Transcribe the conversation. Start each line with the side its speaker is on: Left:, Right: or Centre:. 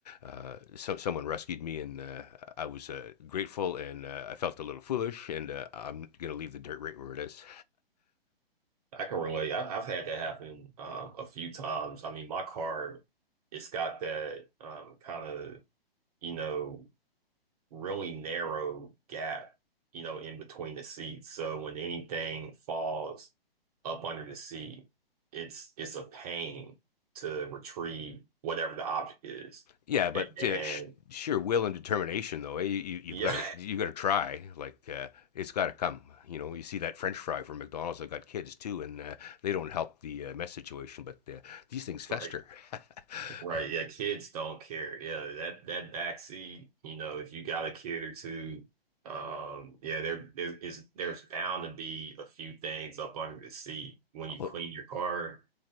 Left: uh, some someone rescued me, and uh, I was uh, grateful, and uh, I felt a little foolish. And uh, I'm gonna leave the dirt right where it is.
Right: I can relate. I, I've had that happen um, a few times. I mean, my car, it's got that um, kind of, you know, really narrow gap, you know, in between the seats. So when anything falls up under the seat, it's it's a pain to retrieve whatever the object is.
Left: Yeah, but
Right: And,
Left: uh,
Right: and
Left: sh- sheer will and determination, though. Eh? You, you, you've
Right: yeah,
Left: got to you got to try. Like uh, it's got to come. You know, you see that French fry from McDonald's. I got kids too, and uh, they don't help the uh, mess situation. But uh, these things fester.
Right: <laughs> right.
Left: <laughs>
Right: Right, yeah, kids don't care. Yeah, that that backseat, you know, if you got a kid or two, um, yeah, there there is there's bound to be a few things up under the seat when you
Left: oh,
Right: clean your car